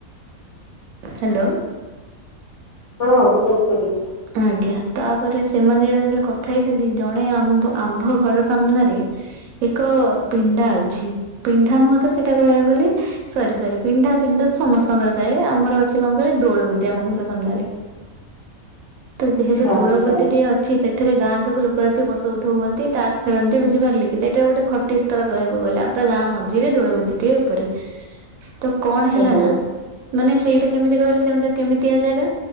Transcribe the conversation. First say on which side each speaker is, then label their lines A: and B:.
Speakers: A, on the right; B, on the left.
A: ହ୍ୟାଲୋ
B: ହୁଁ ହଁ ମୁଁ ଶୁଣିଛି ଶୁବୁଛି।
A: ଆଜ୍ଞା ତାପରେ ସେମାନେ ଦୁଇଜଣ ଯେତେବେଳେ କଥା ହେଇଛନ୍ତି ଜଣେ ଆମ୍ ଆମ୍ଭ ଘର ସାମ୍ନାରେ। ଏକ ପିଣ୍ଡା ଅଛି ପିଣ୍ଡା ନୁହଁ ତ ସେଇଟା କହିବାକୁ ଗଲେ ସରି ସରି ପିଣ୍ଢା ପିଣ୍ଢା ସମସ୍ତଙ୍କର ଥାଏ ଆମର ଅଛି କଣ କହିଲେ ଦୋଳବେଦୀ ଆମ ଘର ସାମ୍ନାରେ। ତ ଯେହେତୁ
B: ଆଚ୍ଛା
A: ଦୋଳବେଦିଟିଏ
B: ଆଚ୍ଛା
A: ଅଛି ସେଠ ସେଠାରେ ଗାଁ ଯାକ ଲୋକ ଆସି ବସ ଉଠ ହୁଅନ୍ତି ତାସ ଖେଳନ୍ତି ବୁଝି ପାରିଲି କି ଏଇଟା ଗୋଟେ ଖଟି ତଳ କହିବାକୁ ଗଲେ ପୁରା ଗାଁ ମଝିରେ ଦୋଳବଦିଟିଏ ଉପରେ ତ କଣ ହେଲା
B: ଓହୋ।
A: ନା ମାନେ ସେଇଟା କେମିତି କହିଲେ ସେମ କେମିତିଆ ଜାଗା